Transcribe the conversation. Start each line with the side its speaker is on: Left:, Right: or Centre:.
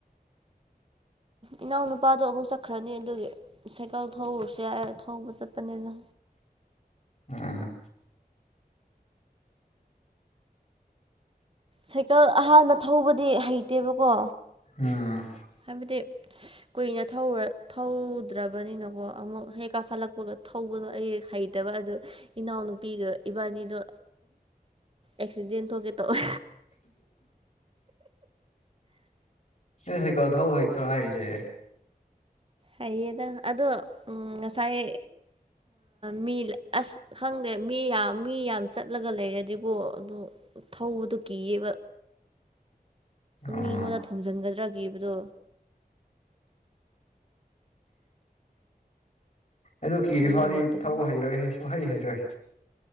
Right: ꯏꯅꯥꯎꯅꯨꯄꯥꯗꯣ ꯑꯃꯨꯛ ꯆꯠꯈ꯭ꯔꯅꯤ ꯑꯗꯨꯒꯤ ꯁꯥꯏꯀꯜ ꯊꯧꯔꯨꯁꯨ ꯌꯥꯏ ꯊꯧꯕ ꯆꯠꯄꯅꯤꯅ
Left: ꯎꯝ
Right: ꯁꯥꯏꯀꯜ ꯑꯍꯥꯟꯕ ꯊꯧꯕꯗꯤ ꯍꯩꯇꯦꯕꯀꯣ
Left: ꯎꯝ
Right: ꯍꯥꯏꯕꯗꯤ ꯀꯨꯏꯅ ꯊꯧꯔꯥ ꯊꯧꯗ꯭ꯔꯕꯅꯤꯅꯀꯣ ꯑꯃꯨꯛ ꯍꯦꯛ ꯀꯥꯈꯠꯂꯛꯄꯒ ꯊꯧꯕꯗꯣ ꯑꯩ ꯍꯩꯇꯕ ꯑꯗꯨ ꯏꯅꯥꯎꯅꯨꯄꯤꯗ ꯏꯕꯥꯅꯤꯗꯣ ꯑꯦꯛꯁꯤꯗꯦꯟ ꯊꯣꯛꯀꯦ ꯇꯧꯋꯦ
Left: ꯅ ꯁꯩꯀꯜ ꯊꯧ ꯍꯩꯇ꯭ꯔꯣ ꯍꯥꯏꯔꯤꯁꯦ
Right: ꯍꯩꯌꯦꯗ ꯑꯗꯣ ꯎꯝ ꯉꯁꯥꯏ ꯃꯤ ꯑꯁ ꯈꯪꯗꯦ ꯃꯤ ꯌꯥꯝ ꯃꯤ ꯌꯥꯝ ꯆꯠꯂꯒ ꯂꯩꯔꯗꯤꯀꯣ ꯑꯗꯨ ꯊꯧꯕꯗꯨꯣ ꯀꯤꯌꯦꯕ
Left: ꯎꯝ
Right: ꯃꯤꯉꯣꯟꯗ ꯊꯣꯝꯖꯤꯟꯒꯗ꯭ꯔꯥ ꯀꯤꯕꯗꯣ
Left: ꯑꯗꯨ ꯀꯤꯔꯤ
Right: ꯑꯗꯨꯒꯤ
Left: ꯐꯥꯎꯗꯤ
Right: ꯇꯟꯕ
Left: ꯊꯧꯕ ꯍꯩꯔꯣꯏꯍꯦ ꯁꯨꯡꯍꯩ ꯍꯩꯔꯣꯏ